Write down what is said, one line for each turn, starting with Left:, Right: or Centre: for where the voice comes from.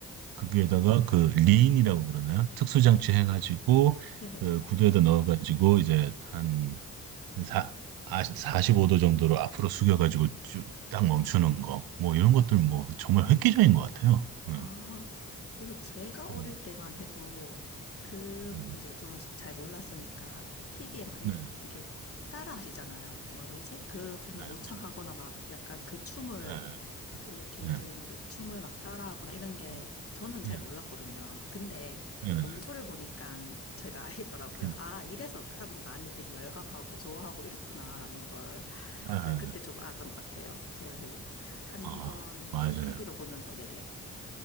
Right: 거기에다가 그 리인이라고 그러나요? 특수장치 해가지고
Left: 네네.
Right: 그 구두에다 넣어가지고 이제 한 한 사, 아, 45도 정도로 앞으로 숙여가지고 쭉 딱 멈추는 거, 뭐 이런 것들 뭐 정말 획기적인 것 같아요. 네,
Left: 아, 그래서 제가
Right: 네,
Left: 어릴 때만 해도 그,
Right: 음,
Left: 이제 저는 잘 몰랐으니까 TV에 많이
Right: 네, 네,
Left: 이게 따라 하시잖아요. 뭐라고 해야 되지? 그분을
Right: 그렇죠.
Left: 모창하거나 막 약간 그 춤을,
Right: 네,
Left: 그 개인적인
Right: 네,
Left: 그 춤을 막 따라 하거나 이런 게
Right: 네,
Left: 저는 잘
Right: 네,
Left: 몰랐거든요. 근데
Right: 네, 네,
Left: 원조를 보니까 제가 <laughs> 알겠더라고요.
Right: 음,
Left: 아, 이래서 그 사람들이 많이 되게 열광하고 좋아하고 이랬구나라는 걸
Right: 네.
Left: 제가 그때 좀 알았던 것 같아요. 제가 그 한
Right: 아,
Left: 번,
Right: 맞아요.
Left: 네, TV로 보면서, 네네.